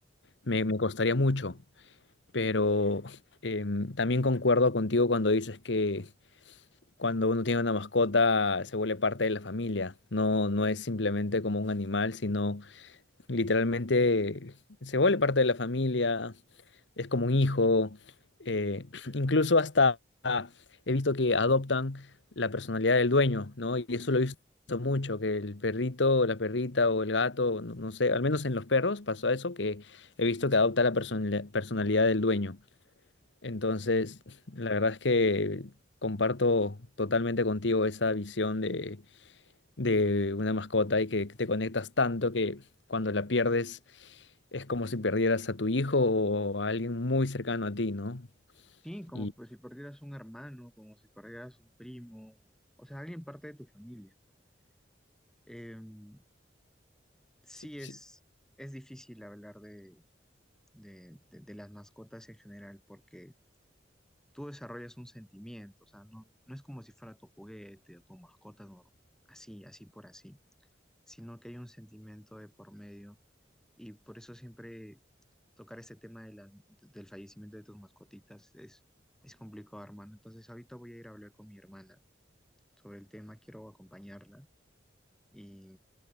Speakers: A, on the left (about 75°); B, in the centre.
A: me, me costaría mucho. pero em, también concuerdo contigo cuando dices que cuando uno tiene una mascota se vuelve parte de la familia, no, no es simplemente como un animal, sino literalmente se vuelve parte de la familia, es como un hijo, eh, <clears throat> incluso hasta he visto que adoptan la personalidad del dueño, ¿no? Y eso lo he visto mucho, que el perrito o la perrita o el gato, no, no sé, al menos en los perros pasó eso, que he visto que adopta la personali- personalidad del dueño. Entonces, la verdad es que comparto totalmente contigo esa visión de, de una mascota y que te conectas tanto que cuando la pierdes es como si perdieras a tu hijo o a alguien muy cercano a ti, ¿no?
B: Sí, como
A: Y
B: pues si perdieras un hermano, como si perdieras un primo, o sea, alguien parte de tu familia, ¿no? Em, sí
A: Sí,
B: es, es difícil hablar de, de- de- de las mascotas en general porque tú desarrollas un sentimiento, o sea, no, no es como si fuera tu juguete o tu mascota nor- así, así por así. sino que hay un sentimiento de por medio. Y por eso siempre tocar este tema de la- del fallecimiento de tus mascotitas es, es complicado, hermano. Entonces ahorita voy a ir a hablar con mi hermana sobre el tema, quiero acompañarla y,